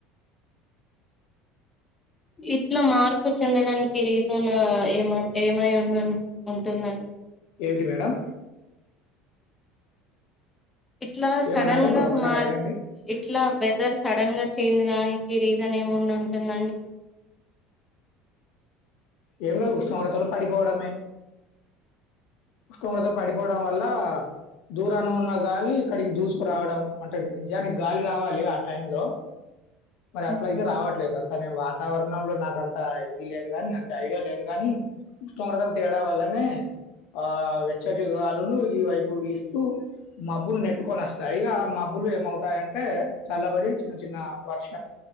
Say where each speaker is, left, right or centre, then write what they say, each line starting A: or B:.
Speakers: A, on the left; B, on the left.
A: ఇట్లా మార్పు చెందడానికి రీజన్ ఏమంట్ ఏమై ఉంటుంద
B: ఏవిటి మేడం
A: ఇట్లా సడన్
B: ఏమన్నారు? మళ్ళొకసారి
A: గా మార్
B: అడగండి.
A: ఇట్లా వెదర్ సడన్ గా చేంజ్ కానికి రీజన్ ఏముండి ఉంటుందండి
B: ఏమి లేదు ఉష్ణోగ్రతలు పడిపోవడమే ఉష్ణోగ్రతలు పడిపోవడం వల్ల దూరాన ఉన్న గాలి ఇక్కడికి దూసుకురావడం అంటే నిజానికి గాలి రావాలి ఆ టైం లో మరి
A: హ్మ్.
B: అట్ల అయితే రావట్లేదు అంత నేను వాతావరణంలో నాకంత ఇది లేదు గాని అ ఐడియా లేదు గాని ఉష్ణోగ్రతలు తేడా వాళ్ళనే ఆ వెచ్చటిగాలులు ఈ వైపు వీస్తూ మబ్బులు నెట్టుకొని వస్తాయి ఆ మబ్బులు ఏమవుతాయంటే చల్లబడి చిన్న చిన్న వర్ష